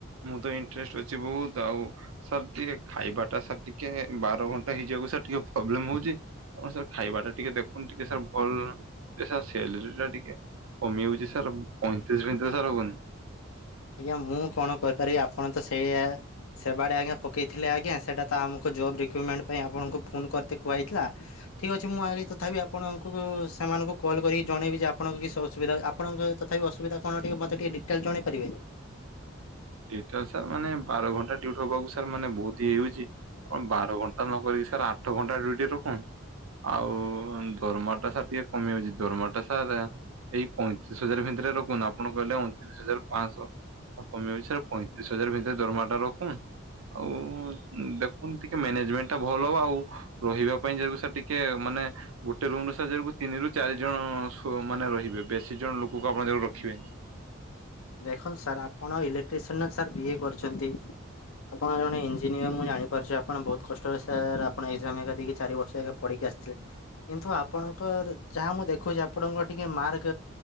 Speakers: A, on the right; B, on the left.
A: ମୁଁ ତ ଇନ୍ଟ୍ରେଷ୍ଟେଡ଼୍ ଅଛି ବହୁତ ଆଉ ସାର୍ ଟିକେ ଖାଇବା ଟା ସାର୍ ଟିକେ ବାର ଘଣ୍ଟା ହେଇଯିବାକୁ ସାର୍ ଟିକେ ପ୍ରୋବ୍ଲେମ ହଉଛି ଆପଣ ସାର୍ ଖାଇବା ଟା ଟିକେ ଦେଖନ୍ତୁ ଟିକେ ସାର୍ ଭଲ ସର୍ ସାଲେରୀ ଟା ଟିକେ କମି ଯାଉଛି ସାର୍ ପଇଁତିରିଶ ଭିତରେ ସାର୍ ହବନି?
B: ଆଜ୍ଞା ମୁଁ କଣ କରିପାରିବି ଆପଣ ତ ସେଇା ସେବା ଟେ ଆଜ୍ଞା ପକେଇଥିଲେ ଆଜ୍ଞା ସେଟା ତ ଆମକୁ ଜବ୍ ରିକ୍ରୁଟମେଣ୍ଟ ପାଇଁ ଆପଣଙ୍କୁ ଫୋନ କରିତେ କୁହାଯଇଥିଲା ଠିକ୍ ଅଛି ମୁଁ ଆଗେ ତଥାପି ଆପଣଙ୍କୁ ସେମାନଙ୍କୁ କଲ୍ କରିକି ଜଣେଇବି ଯେ ଆପଣଙ୍କ କିଛି ଅସୁବିଧା ଆପଣଙ୍କ ତଥାପି ଅସୁବିଧା କଣ ଟିକେ ମୋତ ଟିକେ ଡିଟେଲ୍ ଜଣାଇପାରିବେ?
A: ଡିଟେଲ ସାର୍ ମାନେ ବାର ଘଣ୍ଟା ଡ୍ୟୁଟି ହବାକୁ ସାର୍ ମାନେ ବହୁତ ହେଇଯାଉଛି କଣ ବାର ଘଣ୍ଟା ନକରି ସାର୍ ଆଠ ଘଣ୍ଟା ଡିଉଟି ରଖନ୍ତୁ। ଆଉ ଦରମା ଟା ସାର ଟିକେ କମି ଯାଉଛି ଦରମା ଟା ସାର ଏଇ ପଇଁତିରିଶ ହଜାର ଭିତରେ ରଖୁନ୍ତୁ, ଆପଣ କହିଲେ ଅଣତିରିଶ ହଜାର ପାଞ୍ଚଶହ କମି ଯାଉଛି। ପଇଁତିରିଶ ହଜାର ଭିତରେ ଦରମା ଟା ରଖନ୍ତୁ। ଆଉ ଦେଖନ୍ତୁ ଟିକେ ମ୍ୟାନେଜମେଣ୍ଟ ଟା ଭଲ ହବ ଆଉ ରହିବା ପାଇଁ ଯଦି ସାର୍ ଟିକେ ମାନେ ମାନେ ଗୋଟେ ରୁମ୍ ରେ ସାର୍ ଯେମିତି ତିନି ରୁ ଚାରି ଜଣ ସୋ ମାନେ ରହିବେ ବେଶୀ ଜଣ ଲୋକକୁ ଆପଣ କେବେ ରଖିବେନି।
B: ଦେଖନ୍ତୁ ସାର୍ ଆପଣ ଇଲେକ୍ଟ୍ରିସିଆନ ସାର୍ ବିଏ କରିଛନ୍ତି? ଆପଣ ଜଣେ ଇଞ୍ଜିନିୟର ମୁଁ ଜାଣିପାରୁଛି ଆପଣ ବହୁତ କଷ୍ଟରେ ସାର୍ ଆପଣ ଏକ୍ଜାମ ହେରିକା ଦେଇକି ଚାରି ବର୍ଷ ଏକା ପଢିକି ଆସିଥିଲେ କିନ୍ତୁ ଆପଣଙ୍କର ଯାହା ମୁଁ ଦେଖୁଛି ଆପଣଙ୍କ ଟିକେ ମାର୍କ।